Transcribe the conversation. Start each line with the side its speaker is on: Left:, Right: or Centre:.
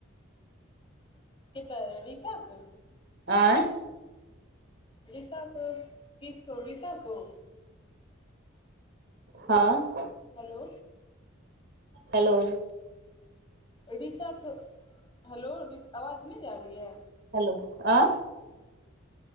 Left: केकर रीता के।
Right: आँय।
Left: रीता कऽ किसको रीता को।
Right: हँ।
Left: हेलो।
Right: हेलो।
Left: रीता कऽ हेलो आवाज नहि आ रही है।
Right: हेलो अँ।